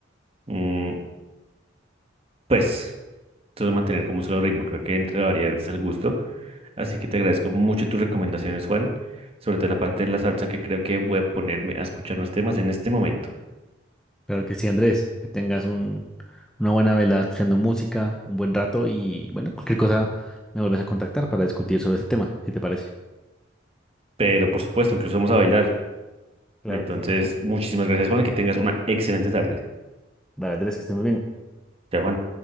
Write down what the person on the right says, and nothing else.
mm, pues, solo mantener como un solo ritmo. Creo que entre la variedad es el gusto. Así que te agradezco mucho tus recomendaciones, Juan, sobre todo en la parte de la salsa que creo que voy a ponerme a escuchar unos temas en este momento.
Pero por supuesto, incluso vamos a bailar.
Entonces,
muchísimas gracias, Juan, y que tengas una excelente tarde.
Chao, Juan.